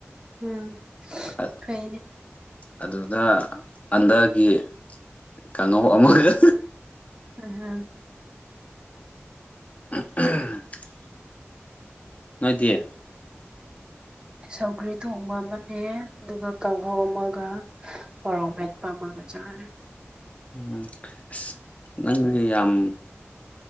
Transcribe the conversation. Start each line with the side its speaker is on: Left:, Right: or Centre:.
Right: ꯎꯝ
Left: ꯑꯠ
Right: ꯐꯩꯅꯦ
Left: ꯑꯗꯨꯗ ꯑꯟꯗꯥꯒꯤ ꯀꯥꯡꯉꯧ ꯑꯃꯒ
Right: ꯎꯝ ꯍꯨꯝ
Left: <unintelligible> ꯅꯣꯏꯗꯤ
Right: ꯁꯧꯒ꯭ꯔꯤ ꯊꯣꯡꯕ ꯑꯃꯅꯦ ꯑꯗꯨꯒ ꯀꯥꯡꯍꯧ ꯑꯃꯒ ꯃꯣꯔꯣꯛ ꯃꯦꯠꯄ ꯑꯃꯒ ꯆꯔꯦ
Left: ꯎꯝ ꯑꯁ ꯅꯪꯗꯤ ꯌꯥꯝ